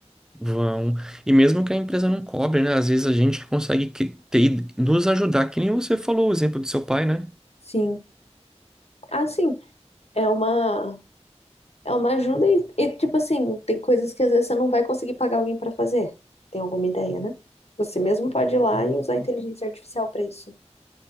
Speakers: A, in the centre; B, on the left.
A: vão. E mesmo que a empresa não cobre, né? Às vezes a gente consegue cri- ter, id- nos ajudar, que nem você falou o exemplo do seu pai, né?
B: Sim. Ah, sim. É uma, é uma ajuda e, e, tipo assim, tem coisas que às vezes você não vai conseguir pagar alguém para fazer. Tem alguma ideia, né? Você mesmo pode ir lá e usar a inteligência artificial para isso.